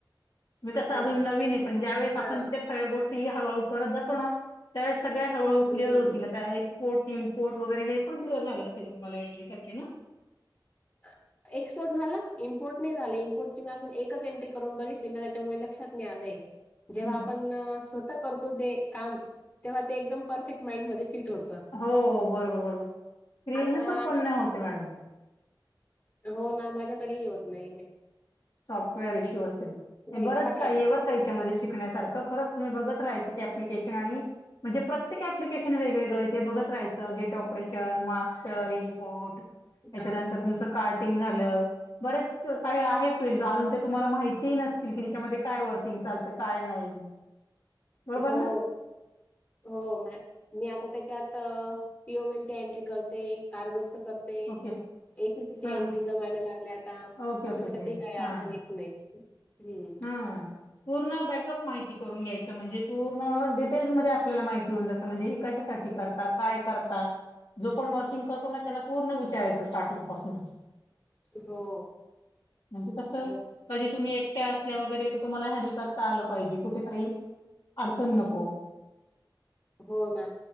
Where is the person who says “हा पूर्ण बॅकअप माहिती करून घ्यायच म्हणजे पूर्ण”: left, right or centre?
Left